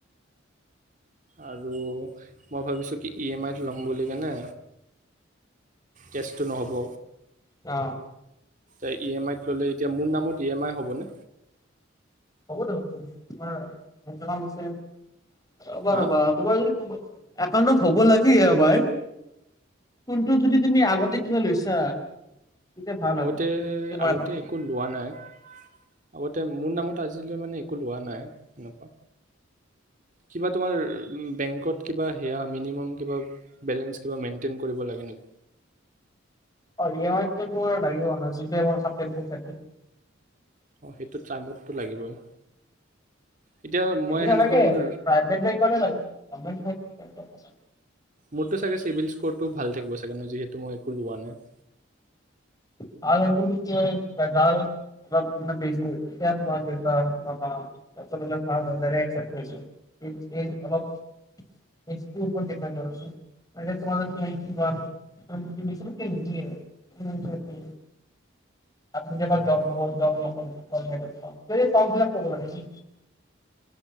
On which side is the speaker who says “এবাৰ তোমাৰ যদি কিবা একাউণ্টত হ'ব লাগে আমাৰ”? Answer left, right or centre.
Left